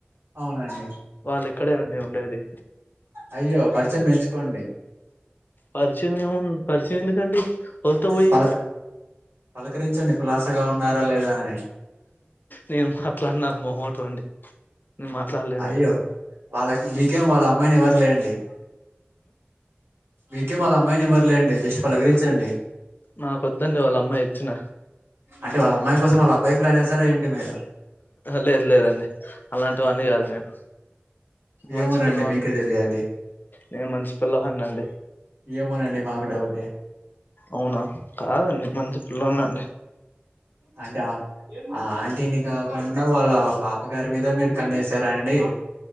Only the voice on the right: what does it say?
అవునండి
అయ్యో పరిచయం పెంచుకోండి
పల పలకరించండి కులాసాగా ఉన్నారా లేదా అని
అయ్యో వాళ్ళకి మికేం వాళ్ళ అమ్మాయిని ఇవరు లేండి మీకే వాళ్ళ అమ్మాయిని ఇవ్వరులేండి జస్ట్ పలకరించండి
అంటే వాళ్ళ అమ్మాయి కోసం వాళ్ళ అబ్బాయికి లైన్ వేసారా ఏంటి మీరు
ఏమోనండి
మీకే తెలియాలి.
ఏమ్ ఏమోనండి మాకు డౌటే
అంటా ఆ ఆంట్ టీన్ని కాకుండా వాళ్ళా పాప గారి మీద మీరు కన్నేసారా అండి.